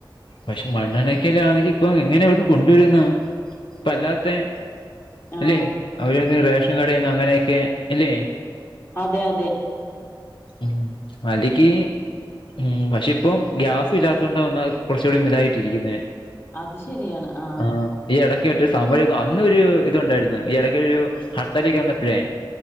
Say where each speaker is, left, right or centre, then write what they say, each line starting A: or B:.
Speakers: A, on the left (about 70°); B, on the left (about 25°).
A: പക്ഷെ മണ്ണെണ്ണക്കല്ലാണെങ്കി ഇപ്പൊ എങ്ങനവര് കൊണ്ടുവരുന്നാ ഇപ്പ അല്ലാത്തെ അല്ലെ
B: ആഹ്
A: അവരന്നെ റേ ഷൻ കടേന്ന് അങ്ങനെയൊക്കെ എല്ലേ
B: അതെ അതെ
A: ഉ അരിക്ക് ഉം പക്ഷെ ഇപ്പം ഗ്യാസില്ലാത്തൊണ്ടാ വന്നാ കുറച്ചൂടി മിതായിട്ടിരിക്കുന്നെ
B: അത് ശരിയാണ് ആഹ്
A: ആ ഈ എടക് സമരം അന്നൊരു ഇതു ഉണ്ടായിരുന്നു ഈ എടയ്ക്കൊരു ഹർത്താലേക്ക് വന്നപ്പഴേ